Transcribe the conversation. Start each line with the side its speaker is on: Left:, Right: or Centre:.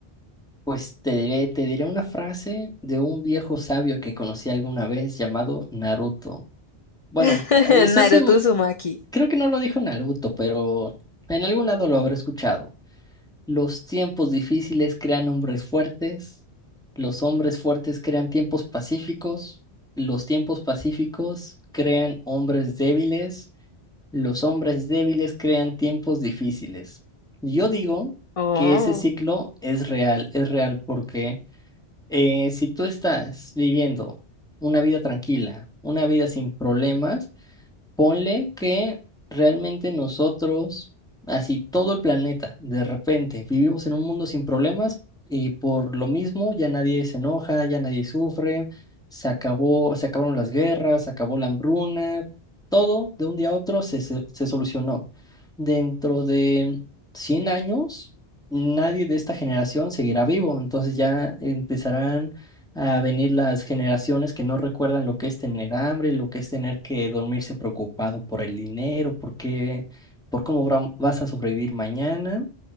Centre: Pues te diré, te diré una frase de un viejo sabio que conocí alguna vez llamado Naruto. Bueno,
Left: <laughs>
Centre: eh, estoy
Left: Naruto
Centre: seguro,
Left: Uzumaki.
Centre: creo que no lo dijo Naruto, pero en algún lado lo habré escuchado. Los tiempos difíciles crean hombres fuertes, los hombres fuertes crean tiempos pacíficos, los tiempos pacíficos crean hombres débiles, los hombres débiles crean tiempos difíciles. Yo digo
Left: Oh,
Centre: que ese ciclo es real, es real porque eh, si tú estás viviendo una vida tranquila, una vida sin problemas, Ponle que realmente nosotros, así todo el planeta, de repente, vivimos en un mundo sin problemas y por lo mismo ya nadie se enoja, ya nadie sufre, se acabó, se acabaron las guerras, se acabó la hambruna, todo de un día a otro se, se, se solucionó. Dentro de 100 años, nadie de esta generación seguirá vivo, entonces ya empezarán a venir las generaciones que no recuerdan lo que es tener hambre, lo que es tener que dormirse preocupado por el dinero, por qué, por cómo bra- vas a sobrevivir mañana.